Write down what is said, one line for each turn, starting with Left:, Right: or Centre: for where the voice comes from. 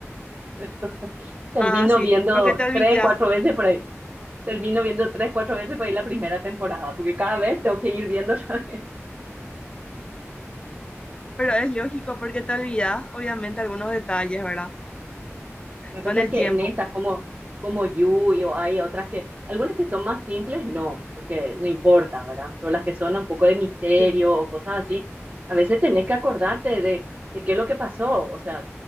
Right: <laughs> Entonces, termino
Left: ah, sí,
Right: viendo
Left: porque te olvidas.
Right: tres, cuatro veces por ahí. Termino viendo tres, cuatro veces por ahí la primera temporada, porque cada vez tengo que ir viendo <laughs>
Left: Pero es lógico porque te olvidas, obviamente, algunos detalles, ¿verdad?
Right: Lo que pasa
Left: Con el
Right: es que
Left: tiempo.
Right: en estas, como, como Yui o hay otras que, algunas que son más simples, no, porque no importa, ¿verdad? Pero las que son un poco de misterio
Left: Sí.
Right: o cosas así, a veces tenés que acordarte de, de qué es lo que pasó, o sea,